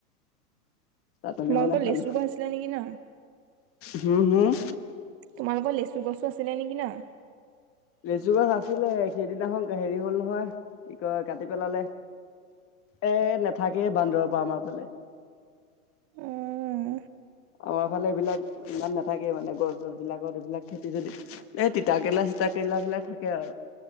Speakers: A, on the left; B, on the right.
A: চাটনি
B: তোমালোকৰ
A: বনাই খালো
B: লেচু গছ আছিলে নেকি ন
A: হোম হোম।
B: তোমালোকৰ লেচু গছো আছিলে নেকি ন।
A: লেচু গছ আছিলে সেইদিনাখন হেৰি হল নহয় কি কয় কাটি পেলালে। এ নাথাকেই বান্দৰৰ পৰা আমাৰ ফালে।
B: উম
A: আমাৰ ফালে এইবিলাক ইমান নাথাকেই মানে গছ গছবিলাকত এইবিলাক খেতি যদি- এই তিতা কেৰেলা চিতা কেৰেলা বিলাক থাকে আও।